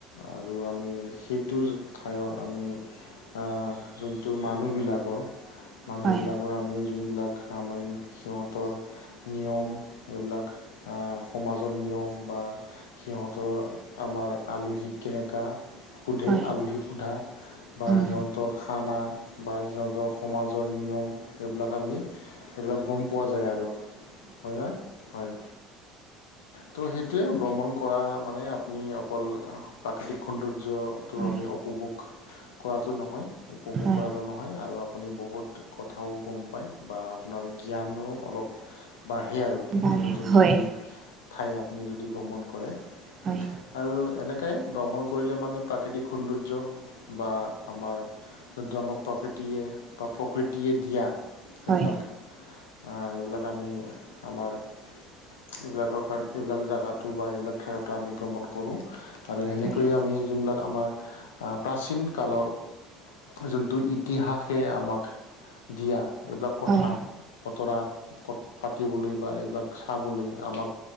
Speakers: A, on the left; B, on the right.
A: আৰু আমি সেইটো ঠাইৰ আমি আহঁ যোনটো মানুহবিলাকৰ মানুহবিলাকৰ
B: হয়
A: আমি যোনবিলাক সামাইক সিহঁতৰ নিয়ম এইবিলাক অ সমাজৰ নিয়ম বা সিহঁতৰ আমাৰ আলহীক কেনেকা সোধে
B: হয়
A: আলহীক সোধা। বা
B: উম
A: সিহঁতৰ খানা বা সিহঁতৰ সমাজৰ নিয়ম সেইবিলাক আমি সেইবিলাক গ'ম পোৱা যায় আৰু হয় না? হয়। ত' সেইটোৱে ভ্ৰমণ কৰা মানে আপুনি অকল প্ৰাকৃতিক সৌন্দৰ্যটো
B: হয়
A: আমি উপভোগ কৰাটো নহয়। উপভোগ
B: হয়
A: কৰাটো নহয়, আৰু আপুনি বহুত কথাও গম পায় বা আপোনাৰ জ্ঞানো অলপ বাঢ়ে আৰু
B: বাৰু
A: নতুন নতুন
B: হয়
A: যদি ঠাই আপুনি যদি ভ্ৰমণ কৰে।
B: হয়।
A: আৰু এনেকাই ভ্ৰমণ কৰিলে মানে প্ৰাকৃতিক সৌন্দৰ্য বা আমাৰ যোনটো আমাক প্ৰকৃতিয়ে বা প্ৰকৃতিয়ে দিয়া এইবিলাক
B: হয়
A: এ এইবিলাক আমি আমাৰ এইবিলাকৰ কাৰণে এইবিলাক জাগাটো বা এইবিলাক ঠাইৰতো আমি ভ্ৰমণ কৰোঁ। আৰু এনেকৈয়ে
B: হয়
A: আমি যোনবিলাক আমাৰ আ প্ৰাচীন কালৰ যোনটো ইতিহাসে আমাক দিয়া এইবিলাক কথা
B: হয়
A: বতৰা ক পাতিবলৈ বা এইবিলাক চাবলৈ আমাক